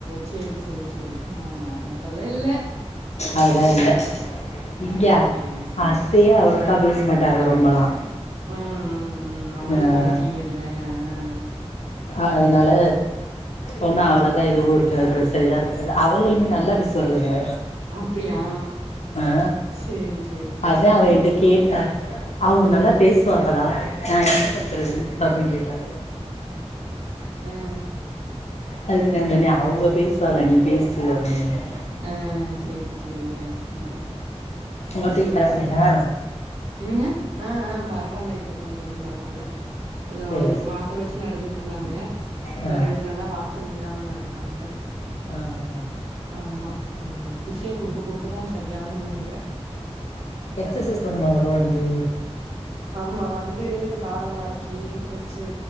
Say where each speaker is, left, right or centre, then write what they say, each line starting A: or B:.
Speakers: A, on the right; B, on the left.
A: செரி செரி செரி அ நாத்தனகல்லாம் இல்ல
B: அததான் இல்ல
A: ம்
B: இங்க
A: சேரி
B: அத்தயும்
A: ம்
B: அவ்ளோக்கா பேச மாட்டாங்க ரொம்பல்லாம்
A: ம் ம் ம் ஆமா
B: ஆ
A: சொல்லிருக்கீங்கல்ல ஆ
B: அதனால ஒண்ணா
A: ஆ
B: அவ்வளோக்கா எதுவும் இருக்காது பிரச்சனைல்லா அவளுகளுமே நல்லா பேசுவாளுகங்க
A: அப்படியா
B: ஆ
A: செரி செரி
B: அதா அவ என்ட கேட்டா அவங்க நல்லா
A: ம்
B: பேசுவாங்களா நா என்ன பண்றது அப்டின்னு கேட்டா
A: ம்
B: அதுக்கு நா சொன்னே அவங்க பேசுவாக நீ பேசு அப்படின்னு சொன்னேன்
A: ஆ செரி செரிங்க ஆ
B: உங்கத்தைக்கு
A: சேரி
B: பரவாலையா
A: என்னங்க ஆ ஆ பரவால்ல இப்ப கொஞ்சோ கொஞ்சோ பரவாயில்ல கொஞ்ச
B: சேரி
A: இப்ப க்கர் வெச்சு நடந்துட்டு இருந்தாங்க இப்ப
B: ஆ
A: ரெண்டு நாளா வாக்கர்ல்லாம நடக்குறாங்க
B: ஆ ஆ
A: ஆமாந்த பிஸியோ குடுக்க குடுக்க தான் சரியாகும்ன்னு நெனைக்கிறேன்
B: எக்ஸசைஸ் பண்ணுவாகளோ வந்து
A: ஆமா வந்து கால மடக்கி வெச்சு